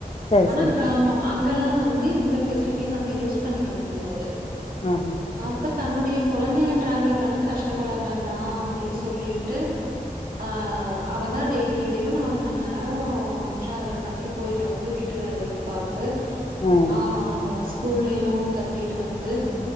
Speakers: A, on the left; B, on the right.
A: சரி
B: ஆனா
A: சரி
B: கிராமம் அங்கல்லா வந்து இந்த பெசிலிட்டிஸ் அங்க யூஸ் பண்ணிக்க முடியாது
A: அ அ
B: அப்ப தன்னுடைய குழந்தைங்க டிராவல் பண்ணி கஷ்டப்பட வேண்டாம் அப்டி சொல்லிட்டு ஆ அவ தா டெய்லியு நாலு ம நேர டிராவல் பண்ணி போயிட்டு வந்து வீட்டு வேலையு பாத்து த்து
A: ம்
B: ஆ ஸ்கூல்லயையு கத்திட்டு வந்து